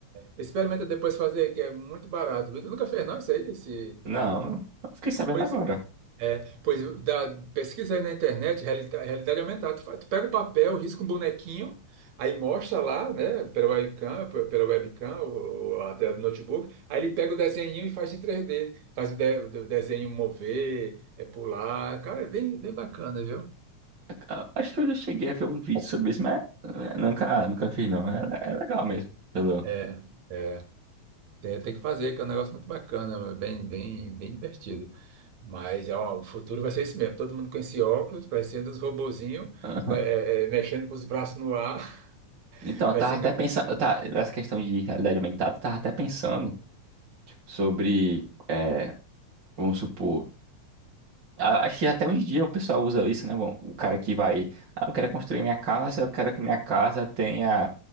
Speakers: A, on the right; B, on the right.
A: Experimenta depois fazer, que é muito barato. viu? Tu nunca fez, não, isso aí? Esse...
B: Não, eu fiquei sabendo
A: Pois
B: agora.
A: é, pois dá, pesquisa aí na internet, reali- realidade aumentada. Tu, fa- tu pega o papel, risca um bonequinho, aí mostra lá, né, pela webcam, pe- pela webcam ou, ou a tela do notebook, aí ele pega o desenho e faz em 3D, faz o, de- o desenho mover, é pular, cara, é bem, bem bacana, viu?
B: Ah, Acho que eu já cheguei a ver um vídeo sobre isso, mas eh, nunca, nunca fiz, não. É, é legal mesmo. Pelo...
A: É, é. Tem, tem que fazer, que é um negócio muito bacana, bem, bem, bem divertido. Mas ó, o futuro vai ser isso mesmo. Todo mundo com esse óculos, parecendo uns robozinhos,
B: <laughs>
A: vai- é, é, mexendo com os braços no ar. <laughs>
B: Então, eu
A: Vai
B: tava
A: ser
B: até pensando. Tá, essa questão de realidade aumentada, eu tava até pensando sobre. eh, vamos supor. a- Acho que até uns dias o pessoal usa isso, né? Bom, o cara que vai. Ah, eu quero construir minha casa, eu quero que minha casa tenha.